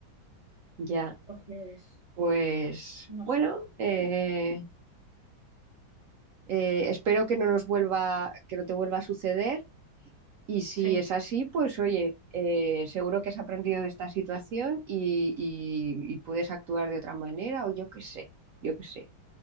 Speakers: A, on the right (about 75°); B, on the right (about 40°).
A: ya.
B: Entonces,
A: Pues
B: no
A: bueno,
B: sé.
A: eh, eh, espero que no nos vuelva, que no te vuelva a suceder. Y si
B: Sí,
A: es así, pues oye, eh, seguro que has aprendido de esta situación y, y y puedes actuar de otra manera, o yo qué sé, yo qué sé.